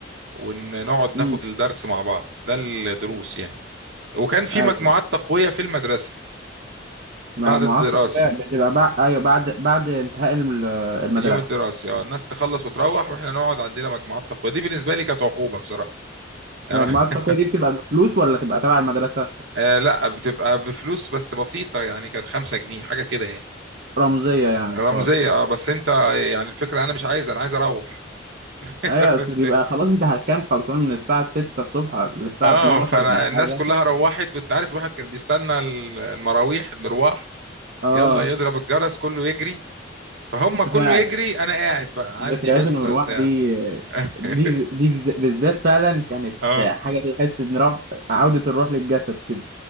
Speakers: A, on the right (about 70°); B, on the right (about 50°).
A: ونقعد ناخد
B: امم
A: الدرس مع بعض ده الدروس يعني وكان في
B: ايوه
A: مجموعات تقويه في المدرسه
B: مجموعات
A: بعد الدراسه
B: بتبقى بقى ايوه بعد بعد انتهاء الم- المدرسة
A: اليوم الدراسي اه الناس تخلص وتروح واحنا نقعد عندنا مجموعات تقويه دي بالنسبه لي كانت عقوبه بصراحه يعني
B: المجموعات
A: انا <laughs>
B: التقوية دي بتبقى بفلوس ولا تبقى تبع المدرسة
A: آه لا بتبقى بفلوس بس بسيطه يعني كان خمسة جنيه حاجه كده يعني
B: رمزية يعني
A: رمزية
B: خالص
A: اه بس انت يعني الفكرة انا مش عايز انا عايز اروح <laughs>
B: ايوه اصل بيبقى خلاص انت هتكون خلصان من الساعة 6 الصبح للساعة
A: اه
B: 12
A: فانا
B: ولا
A: الناس
B: حاجة
A: كلها روحت وانت عارف الواحد كان بيستنى المراويح المروح
B: اه
A: يلا يضرب الجرس كله يجري فهم كله
B: فعلا
A: يجري انا قاعد بقى
B: ذكريات
A: عندي حصة
B: المروح
A: ساعة
B: دي
A: <laughs>
B: دي دي بز- بالذات فعلا كانت
A: اه
B: حاجة تحس ان روح عودة الروح للجسد كده